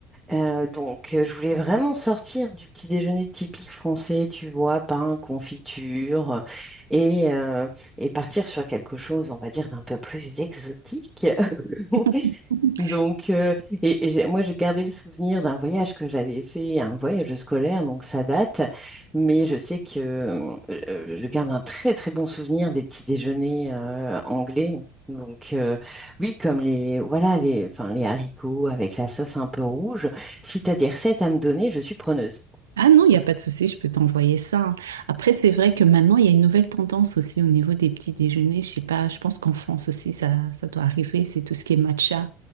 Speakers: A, in the centre; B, on the right.
A: Euh, donc, euh, je voulais vraiment sortir du petit déjeuner typique français, tu vois, pain, confiture, euh, et, euh, et partir sur quelque chose, on va dire, d'un peu plus exotique. <laughs>
B: <laughs>
A: Donc, euh, et, et j'ai- moi, j'ai gardé le souvenir d'un voyage que j'avais fait, un voyage scolaire, donc ça date. Mais je sais que euh, euh, je garde un très, très bon souvenir des petits déjeuners euh, anglais. Donc, euh, oui, comme les, voilà, les, enfin, les haricots avec la sauce un peu rouge. Si tu as des recettes à me donner, je suis preneuse.
B: Ah non, il n'y a pas de souci, je peux t'envoyer ça. hein. Après, c'est vrai que maintenant, il y a une nouvelle tendance aussi au niveau des petits déjeuners. Je sais pas, je pense qu'en France aussi, ça, ça doit arriver. C'est tout ce qui est matcha,